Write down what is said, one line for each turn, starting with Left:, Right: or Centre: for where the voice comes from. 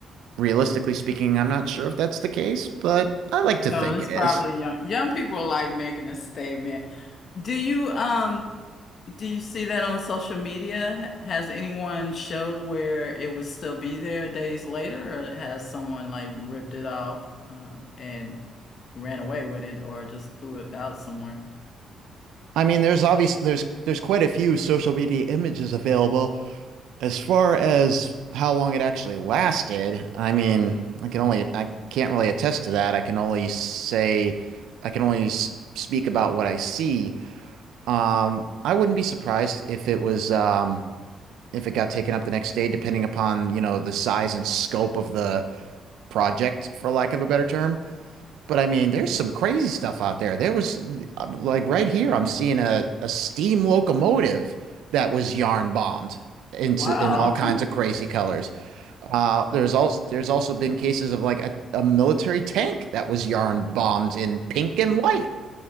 Right: realistically speaking, I'm not sure if that's the case, but I like
Left: No,
Right: to think
Left: it's
Right: it is.
Left: probably young. Young people like making a statement. Do you um Do you see that on social media? H- Has anyone showed where it would still be there days later, or has someone like ripped it off uh, and ran away with it, or just threw it out somewhere?
Right: I mean, there's obvious there's there's quite a few social media images available. As far as how long it actually lasted, I mean, I can only I can't really attest to that. I can only say I can only s- speak about what I see. Um, I wouldn't be surprised if it was um if it got taken up the next day, depending upon, you know, the size and scope of the project, for lack of a better term. But I mean, there's some crazy stuff out there. There was uh, like right here, I'm seeing a, a steam locomotive that was yarn bombed into
Left: Wow.
Right: in all kinds of crazy colors. Uh, there's also there's also been cases of like a, a military tank that was yarn bombed in pink and white,